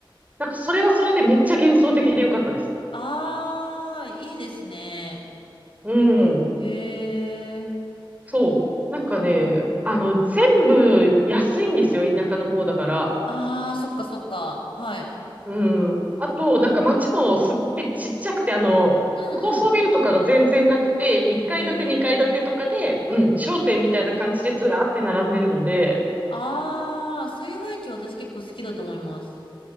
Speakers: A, on the right; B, on the left.
A: なんかそれはそれでめっちゃ幻想的でよかったです。
B: ああ、いいですね。
A: うん。
B: へえ。
A: そう。なんかね、
B: そうなんだ。
A: あの、全部安いんですよ、田舎の方だから。
B: ああ、そっかそっか。はい。
A: うん。あと、なんか街もすっごいちっちゃくて、あの、
B: うんうん。
A: 高層ビルとかが全然なくて、1階建て、
B: へ
A: 2階建てとかで、
B: え。
A: うん、商店みたいな感じでずらーって並んでるので、
B: ああ、そういう雰囲気私結構好きだと思います。